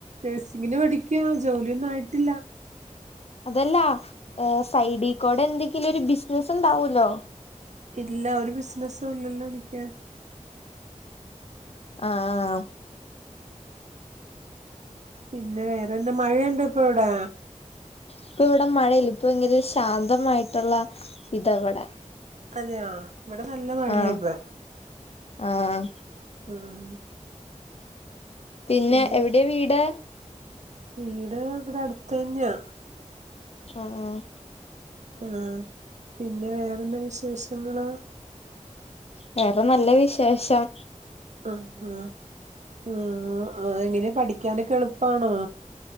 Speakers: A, on the right; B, on the left.
A: നഴ്സിങ്ങിന് പഠിക്കാണ് ജോലിയൊന്നും ആയിട്ടില്ല <inaudible>
B: അതല്ല സൈഡിക്കോടെ എന്തെങ്കിലും ഒരു ബിസിനസ് ഉണ്ടാവൂല്ലോ
A: ഇല്ല ഒരു ബിസിനസും ഇല്ലല്ലോ എനിക്ക്
B: ആഹാ ആഹാ
A: പിന്നെ വേറെന്താ മഴയുണ്ട ഇപ്പൊ അവിടെ
B: ഇപ്പം ഇവിടെ മഴയില്ല ഇപ്പൊ ഭയങ്കര ശാന്തമായിട്ടുള്ള ഇതാവിടെ
A: അതെയോ ഇവിടെ നല്ല മഴയാ
B: ആഹ്
A: ഇപ്പൾ
B: ആഹ്
A: ഉം
B: പിന്നെ
A: പിന്നെന്താ
B: എവിടേ വീട്
A: വീട് ഇവിടെ അട്ത്തെന്നെയാ
B: ആഹ് ആഹ്
A: ആഹ് പിന്നെ വേറെന്താ വിശേഷങ്ങള്
B: വേറെ നല്ല വിശേഷം
A: ആഹ് ആഹ് ആഹ് അതെങ്ങനെ പഠിക്കാനൊക്കെ എളുപ്പാണോ